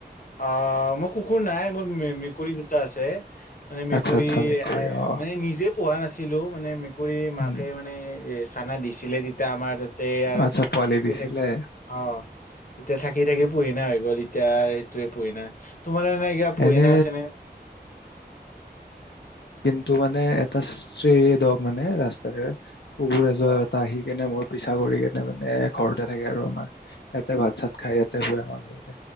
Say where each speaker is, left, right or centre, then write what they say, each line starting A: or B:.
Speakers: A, on the left; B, on the left.
A: অ', মোৰ কুকুৰ নাই মোৰ মে মেকুৰী দুটা আছে। মানে মেকুৰী
B: আচ্ছা আচ্ছা মেকুৰী
A: এ
B: অ
A: মানে নিজে পোহা নাছিলো, মানে মেকুৰী মাকে
B: উম
A: মানে চানা দিছিলে যেতিয়া আমাৰ তাতে আৰু
B: আচ্ছা,
A: থাক
B: পোৱালি
A: থাকি
B: দিছিলে?
A: থাকি অ', এতিয়া থাকি থাকি পোহিনা হৈ গ'ল এতিয়া সেইটোয়ে পুহিনা। তোমাৰ এনে কিবা পোহিনা
B: এনে
A: আছে নে?
B: এইটো মানে এটা ষ্টেৰি ড'গ মানে ৰাস্তাৰে কুকুৰ এটা
A: অ
B: য'ত আহি কেনে মোৰ পিছা কৰি কেনে মানে ঘৰতে থাকে আৰু আমাৰ, ইয়াতে ভাত চাত খাই ইয়াতে শুৱে আমাৰ ঘৰতে।